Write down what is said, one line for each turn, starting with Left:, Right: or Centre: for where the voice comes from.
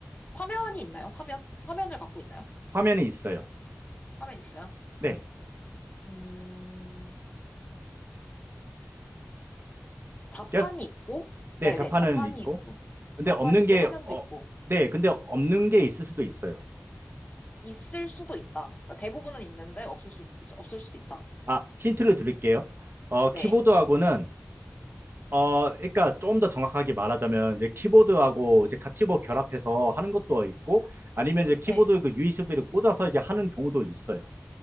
Left: 화면이 있나요? 화면? 화면을 갖고 있나요?
Right: 화면이 있어요.
Left: 화면 있어요?
Right: 네.
Left: 음, 자판이
Right: 그래서-
Left: 있고,
Right: 네,
Left: 네네,
Right: 자판은
Left: 자판이
Right: 있고.
Left: 있고,
Right: 근데
Left: 자판
Right: 없는
Left: 있고,
Right: 게,
Left: 화면도
Right: 어,
Left: 있고,
Right: 네, 근데 없는 게 있을 수도 있어요.
Left: 있을 수도 있다. 그러니까 대부분은 있는데, 없을 수, 없을 수도 있다.
Right: 아, 힌트를 드릴게요. 어,
Left: 네,
Right: 키보드하고는, 어, 그러니까 좀 더 정확하게 말하자면, 이제 키보드하고 이제 같이 뭐 결합해서 하는 것도 있고, 아니면 이제 키보드
Left: 네.
Right: 그 USB를 꽂아서 이제 하는 경우도 있어요.